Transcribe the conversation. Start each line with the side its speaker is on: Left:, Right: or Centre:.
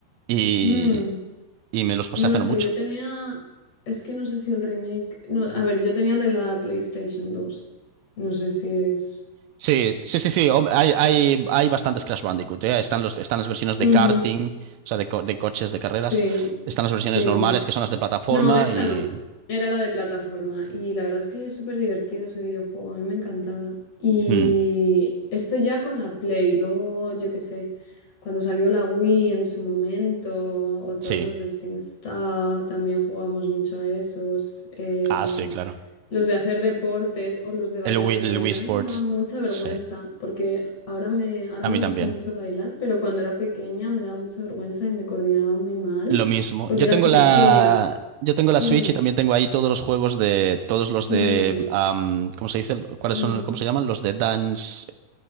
Right: y,
Left: mm,
Right: y me los pasé
Left: no
Right: hace
Left: sé,
Right: no mucho.
Left: yo tenía. Es que no sé si el remake. No, a ver, yo tenía el de la PlayStation dos, No sé si es.
Right: Sí, sí, sí, sí. hom- Hay, hay, hay bastantes Crash Bandicoot, ¿eh? Están los, están las versiones de
Left: Ujú,
Right: karting, o sea, de, co- de coches, de carreras.
Left: Sí,
Right: Están las
Left: sí.
Right: versiones normales, que son las de plataforma,
Left: No, esta
Right: y.
Left: no. Era la de plataforma. Y la verdad es que es súper divertido ese videojuego. A mí me encantaba. Y
Right: Hmm,
Left: esto ya con la Play. Luego, yo qué sé, cuando salió la Wii en su momento, o todos
Right: sí.
Left: los del SingStar, también jugamos mucho a esos. Em,
Right: Ah, sí, claro.
Left: los de hacer deportes o los de bailar.
Right: El Wii,
Left: Los
Right: el
Left: de bailar
Right: Wii Sports.
Left: a mí me daba mucha vergüenza,
Right: Sí.
Left: porque ahora me, ahora
Right: A
Left: me
Right: mí
Left: gusta
Right: también.
Left: mucho bailar, pero cuando era pequeña me daba mucha vergüenza y me coordinaba muy mal,
Right: Lo mismo.
Left: porque
Right: Yo
Left: era
Right: tengo
Left: súper
Right: la.
Left: tímida.
Right: Yo tengo
Left: Mm,
Right: la Switch y también tengo ahí todos los juegos de. Todos los
Left: mm,
Right: de. am, ¿cómo se dice? ¿Cuáles
Left: ujú.
Right: son? ¿Cómo se llaman? Los de Dance.